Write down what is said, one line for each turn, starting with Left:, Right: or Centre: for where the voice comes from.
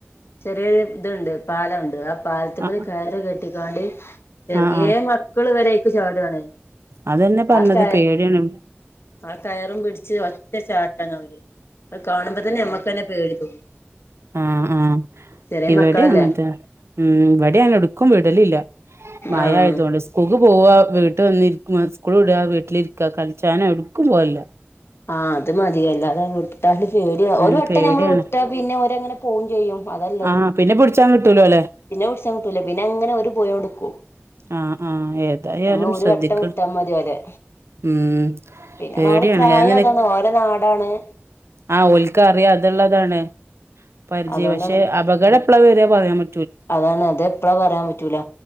Left: ചെറിയ ഇതുണ്ട് പാലംണ്ട് ആ പാലത്ത്
Right: ആഹ്
Left: മ്മേ കയറ് കെ ട്ട് കാട്
Right: ആഹ്
Left: ചെറിയെ
Right: ആഹ് ആഹ്
Left: മക്കള് വരെ പി ക്കാണ്
Right: അതന്നെ പറഞ്ഞത്
Left: ആ ക
Right: പേടിയാണ്
Left: ആ കയറും പിടിച്ച് റ്റ ചാട്ടാണ് അവര് അത് കാണുമ്പോ തന്നെ ഞമ്മക്ക്ന്നെ പേടി തോന്നും.
Right: ആഹ ആഹ
Left: ചെറിയ
Right: ഇവിടെ
Left: മക്കളല്ലേ
Right: അങ്ങനത്തെ ഉം ഇവിടെ അടു ക്കും വിടലില്ല മയ
Left: ആഹ്
Right: ആയതുകൊണ്ട് സ്കൂ പോകുവാ വീട്ട് വന്നിരിക്കും മസ് സ്കുളു വിട വീട്ടിലിരിക്ക ക്ക കളിച്ചാന എടുക്കും പോവലില്ല.
Left: ആഹ് അത് മതിയല്ലാതെ വിട്ടാല് പേടിയ
Right: ഉം
Left: ഒരു വട്ടം
Right: പേടിയാണ്
Left: ഞമ്മള് വിട്ട പിന്നെ ഒരങ്ങനെ പോകും ചെയ്യും അതല്ലത്
Right: ആഹ് പിന്നെ പിടിച്ചാൻ കിട്ടൂലോ അല്ലേ
Left: പിന്നെ വിളിച്ചം കിട്ടൂല പിന്നെങ്ങനെ ഒര് പോയടുക്കൂ
Right: ആഹ് ആഹ് ഏതായാലും
Left: നമ്മള് ഒരു
Right: ശ്രദ്ധിക്ക്
Left: വട്ടം വിട്ടാ മതി ഒരേ
Right: ഉം
Left: പിന്ന
Right: പേടിയാണ്
Left: ഓര പ്രായം
Right: ഞാൻ ഇങ്ങനെ
Left: അതാണ് ഓര നാടാണ്. ഏ.
Right: ആഹ് ഒൽക്കറിയാം അത്ള്ളതാണ്. പരിചയം
Left: അതുകൊണ്ടാണ്
Right: പക്ഷെ അപകടപ്പെളാ
Left: ഉം
Right: വരുവാ പോ പറയാമെ
Left: അതാണ് അത എപ്പഴാ പറയാൻ പറ്റൂല